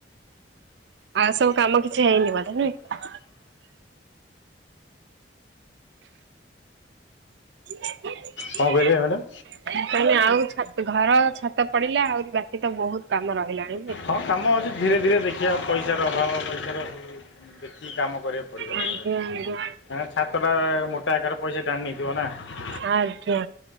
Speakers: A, on the right (about 70°); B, on the left (about 80°).
A: ଆଉ ସବୁ କାମ କିଛି ହେଇନି ବଧେ ନୁହେଁ? <inaudible>
B: କଣ କହିଲେ ମ୍ୟାଡ଼ାମ
A: ତାହାନେ ଆଉ ଛା ଘର ଛାତ ପଡିଲା ଆହୁରି ବାକି ତ ବହୁତ କାମ ରହିଲାଣି। ନୁହେଁ?
B: ହଁ କାମ ହଉଚି ଧୀରେ ଧୀରେ ଦେଖିବା । ପଇସାର ଅଭାବ ପଇସାର ଦେ ଦେଖ କି କାମ କରିବାକୁ ପଡ଼ିବ
A: ଆଜ୍ଞା
B: ମତେ?
A: ଆଜ୍ଞା
B: ଏଁ ଛାତଟା ମୋ କାରଟାର ପଇସା ଟାଣି ନେଇଯିବ ନା ।
A: ଆଜ୍ଞା।